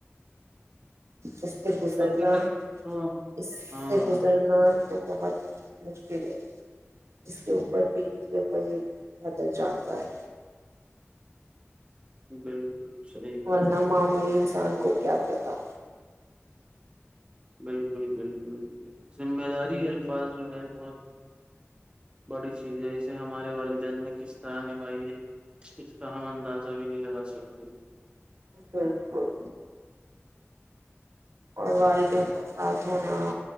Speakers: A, on the right; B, on the right.
A: اس سے گزرنا
B: حقیقت تو
A: اس
B: ہاں
A: سے گزرنا تو بہت مشکل ہے اس کے اوپر بھی یہ وہی بہتر جانتا ہے
B: بالکل صحیح کہا
A: ان معمولی سان کو کیا پتاہ
B: بالکل بالکل ذمہ داری الفاظ جو ہے بہت بڑی چیز ہے اسے ہمارے والدین نے پاکستان ن بائیے اس کا ہم اندازہ بھی نہیں لگا سکتے
A: بالکل اور والدین کا ساتھ ہونا